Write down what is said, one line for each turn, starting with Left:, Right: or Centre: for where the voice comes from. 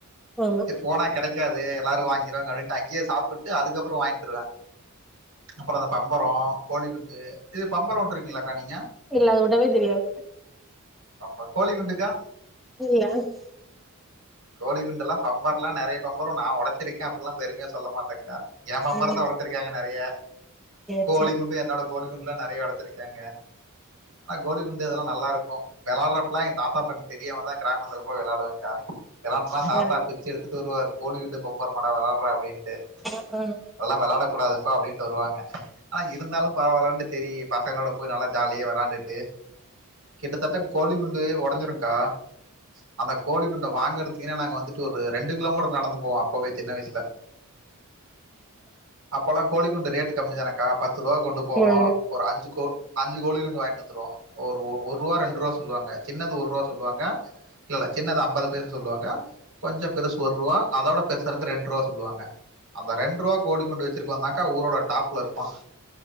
Centre: ஆமா
Right: போனா கெடைக்கு க்காது எல்லாரு வாங்கிருவாங்க அப்டின்ட்டு அங்கே சாப்புட்டு அதுக்கப்பறோ வாங்கிட்டுருவேன் அப்பற இந்த பம்பரம் கோலிகுண்டு இது பம்பரம் உட்டு இருக்கீங்களாக்கா நீங்க
Centre: இல்ல அது விடவே தெரியாது
Right: அப்ப கோலி குண்டுக்கா
Centre: இது எனக்
Right: கோலி குண்டெல்லா பம்பார்லாம் நெறைய பம்பர நா ஒடச்சு இருக்கே அப்படியெல்லா பெருமையா சொல்ல மாட்டேக்கா ஏ பம்பரம்
Centre: ம்
Right: தா ஒடைச்சிருக்காங்க நெறையா
Centre: சேரி
Right: கோலிகுண்டு
Centre: சேரி
Right: என்னோட கோலி குண்டெலாம் நெறையா ஒடச்சிருக்கேங்க ஆ கோலி குண்டு இதெல்லா நல்லாருக்கு விளாட்றப்பெல்லா எங்க தாத்தா பாட்க்கு தெரியாம தா கிராமத்தில போய் விளையாடுவே க்கா விளாண்டு தா தாத்தா
Centre: ஆ
Right: குச்சி எடுத்துட்டு வருவாரு கோலி குண்டு பம்பரமெல்லா விளாடு <unintelligible> அப்டின்ட்டு
Centre: ஆ ஆமா
Right: அதெல்லா விளாட கூடாதுப்பா அப்டின்ட்டு வருவாங்க ஆ இருந்தாலு பரவலன்ட்டு செரி பசங்களோட போய் நல்லா ஜாலியா விளாண்டுட்டு கிட்டதட்ட கோழி குண்டு உடஞ்சிருங்க்கா அந்த கோழி குண்ட வாங்குறதுக்குன்னே நாங்க வந்துட்டு ஒரு ரெண்டு கிலோமீட்டர் நடந்து போவோ அப்பவே சின்ன வயசுல அப்பல்லா கோழிக்குண்டு ரேட கம்மி தானக்கா பத்து ரூபா கொண்டு போவோ
Centre: ஆமா
Right: ஒரு அஞ்சு கோ அஞ்சு கோழி குண்டு வாங்கிட்டு வந்துருவோ ஒ ஒ ஒரு ரூவா ரெண்டு ரூவா சொல்லுவாங்க சின்னது ஒரு ரூவா சொல்லுவாங்க இல்லல்ல சின்னது ஐம்பது பைசா சொல்லுவாங்க கொஞ்சோ பெருசு ஒர் ரூவா அதோட பெருசாருக்கு ரெண்டு ரூவா சொல்லுவாங்க அந்த ரெண்டு ரூவா கோழி குண்டு வெச்சிருக்கவந்தாங்க்கா ஊரோட டாப்ல இருப்பான்